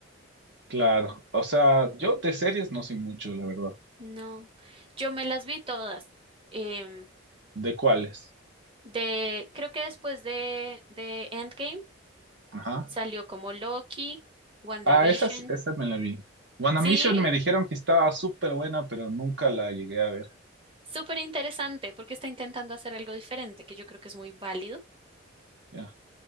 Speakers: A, on the right; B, on the right.
A: Claro, o sea, yo de series no sé mucho, la verdad.
B: No, yo me las vi todas. Em,
A: ¿De cuáles?
B: de, creo que después de, de Endgame
A: Ajá.
B: salió como Loki, WandaVision.
A: Ah, esa, es- esa me la vi. WandaVision
B: Sí,
A: me dijeron que estaba súper buena, pero nunca la llegué a ver.
B: súper interesante porque está intentando hacer algo diferente, que yo creo que es muy válido
A: Ya,